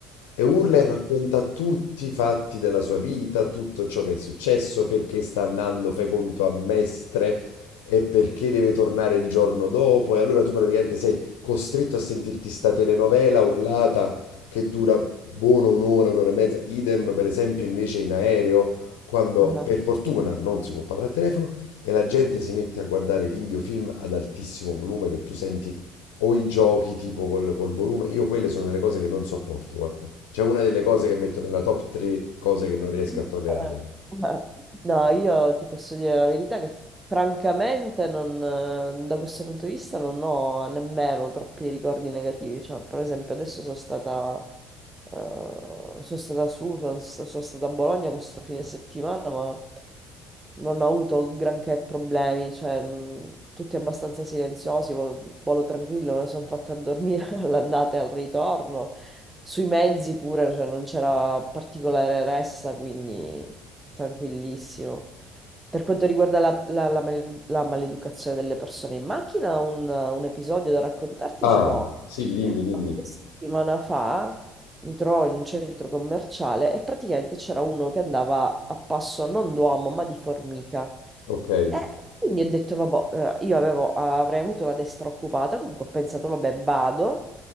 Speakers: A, on the left (about 70°); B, on the right (about 20°).
A: E urla e racconta tutti i fatti della sua vita, tutto ciò che è successo, perché sta andando, fai conto, a Mestre e perché deve tornare il giorno dopo. E allora tu praticamente sei costretto a sentirti sta telenovela urlata che dura buono un'ora, un'ora e mezza. Idem, per esempio, invece in aereo. Quando
B: Eh,
A: per fortuna non si può parlare al telefono e la gente si mette a guardare video, film ad altissimo volume che tu senti o i giochi tipo col, col volume, io quelle sono delle cose che non sopporto, guarda. C'è una delle cose che metto nella top 3 cose che non riesco
B: Eh,
A: a tollerare.
B: eh. No, io ti posso dire la verità che francamente non, eh, da questo punto di vista non ho nemmeno troppi ricordi negativi. Cioè, per esempio, adesso sono stata, eh, sono stata su, sono, sta- sono stata a Bologna questo fine settimana, ma non ho avuto granché problemi. Cioè, mh, tutti abbastanza silenziosi, vo- volo tranquillo, me ne sono fatta a dormire <laughs> all'andata e al ritorno. Sui mezzi pure, cioè, non c'era particolare ressa, quindi tranquillissimo. Per quanto riguarda la, la- la mal- la maleducazione delle persone in macchina, un, un episodio da raccontarti
A: Ah,
B: ce l'ho
A: sì, dimmi,
B: qualche
A: dimmi.
B: settimana fa mi trovo in un centro commerciale e praticamente c'era uno che andava a passo non d'uomo ma di formica.
A: Ok. Eh,
B: E quindi ho detto, vabbè, eh, io avevo- avrei avuto la destra occupata, comunque ho pensato, vabbè, vado,